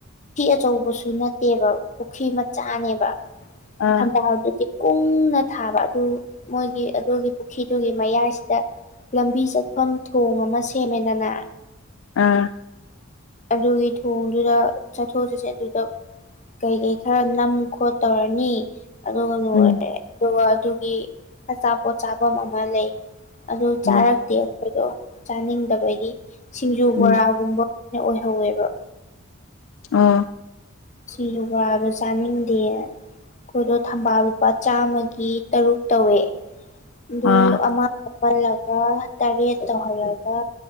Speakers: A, on the left; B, on the left.
A: ꯄꯨꯈ꯭ꯔꯤ ꯑꯆꯧꯕꯁꯨ ꯅꯠꯇꯦꯕ ꯄꯨꯈ꯭ꯔꯤ ꯃꯆꯥꯅꯦꯕ
B: ꯑꯥ
A: ꯊꯝꯕꯥꯜ ꯇꯤ ꯀꯨꯡꯅ ꯊꯥꯕ ꯑꯗꯨ ꯃꯣꯏꯒꯤ ꯑꯗꯨꯒꯤ ꯄꯨꯈ꯭ꯔꯤꯗꯨꯒꯤ ꯃꯌꯥꯏꯁꯤꯗ ꯂꯝꯕꯤ ꯆꯠꯐꯝ ꯊꯣꯡ ꯑꯃ ꯁꯦꯝꯃꯦꯗꯅ
B: ꯑꯥ
A: ꯑꯗꯨꯒꯤ ꯊꯣꯡꯗꯨꯗ ꯆꯠꯊꯣꯛꯆꯁꯤꯟ ꯑꯗꯨꯗ ꯀꯩ ꯀꯩ ꯈꯔ ꯅꯝ ꯈꯣꯠ ꯇꯧꯔꯅꯤ ꯑꯗꯨꯒ ꯂꯣꯏꯑꯦ
B: ꯎꯝ
A: ꯑꯗꯨꯒ ꯑꯗꯨꯒꯤ ꯑꯆꯥꯄꯣꯠ ꯆꯥꯐꯝ ꯑꯃ ꯂꯩ ꯑꯗꯨ ꯆꯥꯔꯛꯇꯦ
B: ꯎꯝ
A: ꯑꯩꯈꯣꯏꯗꯣ ꯆꯥꯅꯤꯡꯗꯕꯒꯤ ꯁꯤꯡꯖꯨ
B: ꯎꯝ
A: ꯕꯣꯔꯥꯒꯨꯝꯕ ꯑꯣꯏꯍꯧꯋꯦꯕ
B: ꯑ
A: ꯁꯤꯌꯨꯕ ꯗꯨ ꯆꯅꯤꯛꯗꯦ ꯑꯩꯈꯣꯏꯗꯣ ꯊꯝꯕꯥꯜ ꯂꯨꯄꯥ ꯆꯥꯝꯃꯒꯤ ꯇꯔꯨꯛ ꯇꯧꯋꯦ ꯑꯗꯣ
B: ꯑꯥ
A: ꯑꯃ ꯇꯧꯍꯜꯂꯒ ꯇꯔꯦꯠ ꯇꯧꯍꯜꯂꯒ